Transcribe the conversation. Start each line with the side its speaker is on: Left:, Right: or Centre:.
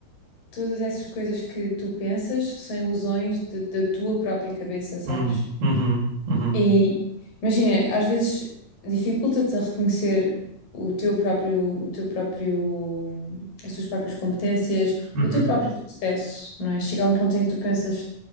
Left: todas essas coisas que tu pensas são ilusões de- da tua própria cabeça, sabes?
Right: Hum, uhum, uhum,
Left: E imagina, às vezes dificulta-te a reconhecer o teu próprio, o teu próprio, as tuas próprias competências,
Right: uhum,
Left: o teu próprio sucesso, não é? Chega a um ponto em que tu pensas